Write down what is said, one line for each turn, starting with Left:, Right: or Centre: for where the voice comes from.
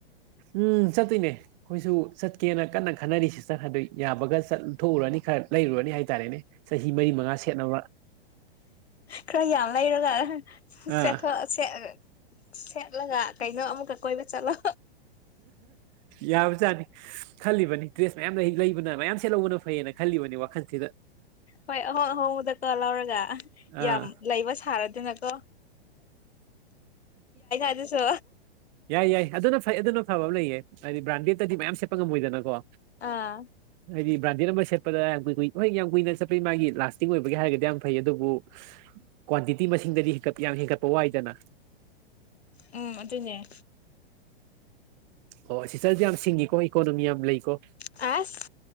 Right: ꯎꯝ ꯆꯠꯇꯣꯏꯅꯦ ꯑꯩꯈꯣꯏꯁꯨ ꯆꯠꯀꯦꯅ ꯀꯟꯅ ꯈꯟꯅꯔꯤ ꯁꯤꯁꯇꯔ ꯑꯗꯨ ꯌꯥꯕꯒ ꯆꯠꯊꯎꯨꯔꯅꯤ ꯈꯔ ꯂꯩꯔꯨꯔꯅꯤ ꯍꯥꯏꯇꯥꯔꯦꯅꯦ ꯆꯍꯤ ꯃꯔꯤ ꯃꯉꯥ ꯁꯦꯠꯅꯕ
Left: ꯈꯔ ꯌꯥꯝ ꯂꯩꯔꯒ ꯆꯦꯊꯣꯛꯦ
Right: ꯑꯥ
Left: ꯁ ꯁꯦꯠꯂꯒ ꯀꯩꯅꯣ ꯑꯃꯨꯛꯀ ꯀꯣꯏꯕ ꯆꯠꯂꯣ
Right: ꯌꯥꯕꯖꯥꯠꯅꯤ ꯈꯜꯂꯤꯕꯅꯤ ꯗ꯭ꯔꯦꯁ ꯃꯌꯥꯝ ꯂꯩ ꯂꯩꯕꯅ ꯃꯌꯥꯝ ꯁꯦꯠꯍꯧꯕꯅ ꯈꯜꯂꯤꯣꯅꯤ ꯋꯥ ꯈꯜꯁꯤꯗ
Left: ꯍꯣꯏ ꯑꯍꯣꯡ ꯑꯍꯣꯡꯕꯗ ꯀ ꯂꯧꯔꯒ ꯌꯥꯝ
Right: ꯑꯥ
Left: ꯂꯩꯕ ꯁꯥꯔꯗꯣꯏꯅꯀꯣ ꯑꯗꯨꯁꯨ
Right: ꯌꯥꯏ ꯌꯥꯏ ꯑꯗꯨꯅ ꯐꯩ ꯑꯗꯨꯅ ꯐꯕ ꯑꯃ ꯂꯩꯌꯦ ꯍꯥꯏꯗꯤ ꯕ꯭ꯔꯥꯟꯗꯦꯗꯠꯇꯗꯤ ꯃꯌꯥꯝ ꯁꯦꯠꯄ ꯉꯝꯃꯣꯏꯗꯅꯀꯣ
Left: ꯑꯥ
Right: ꯍꯥꯏꯗꯤ ꯕ꯭ꯔꯥꯟꯗꯦꯗ ꯑꯃ ꯁꯦꯠꯄꯗ ꯌꯥꯝ ꯀꯨꯏꯨꯏ ꯍꯣꯏ ꯌꯥꯝ ꯀꯨꯏꯅ ꯆꯠꯄꯩ ꯃꯥꯒꯤ ꯂꯥꯁꯇꯤꯡ ꯑꯣꯏꯕꯒꯤ ꯍꯥꯏꯔꯒꯗꯤ ꯌꯥꯝ ꯐꯩ ꯑꯗꯨꯕꯨ ꯀ꯭ꯋꯥꯟꯇꯤꯇꯤ ꯃꯁꯤꯡꯗꯗꯤ ꯍꯦꯟꯠ ꯌꯥꯝ ꯍꯦꯟꯀꯠꯄ ꯋꯥꯏꯗꯅ
Left: ꯎꯝ ꯑꯗꯨꯅꯦ
Right: ꯑꯣ ꯁꯤꯆꯜꯁꯦ ꯌꯥꯝ ꯁꯤꯡꯉꯤꯀꯣ ꯏꯀꯣꯅꯣꯃꯤ ꯌꯥꯝ ꯂꯩꯀꯣ
Left: ꯑꯁ